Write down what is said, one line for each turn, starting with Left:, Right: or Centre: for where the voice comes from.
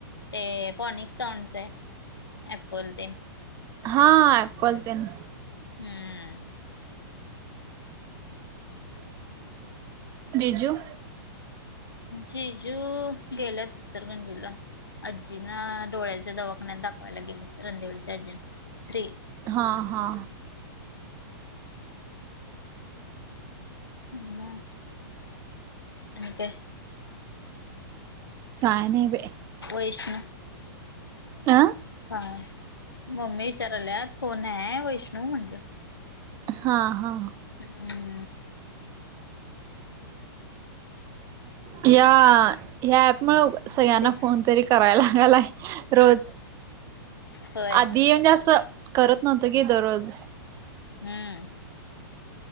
Left: ते पॉनिक सॉंगच आहे ॲपल तेन
Right: हा ॲपल तेन
Left: हं
Right: हम् <unintelligible> जीजू
Left: जिजू गेल्यात इचलकरंजीला आजीना डोळ्याच्या दवाखान्यात दाखवायला गेल्यात रणंदिवळीच्या आजीना थ्री
Right: हा हा
Left: मं आणि काय
Right: काय नाही बाई
Left: वैष्णू <unintelligible>
Right: अ
Left: काय मम्मी विचाराल्यात कोण हाय? वैष्णू म्हटलं.
Right: हा हा
Left: हं
Right: या या ऍप मुळं सगळ्यांना
Left: सिक्स
Right: फोन तरी करायला लागालाय रोज
Left: होय
Right: आधी म्हणजे असं करत नव्हतो की दरोज
Left: हं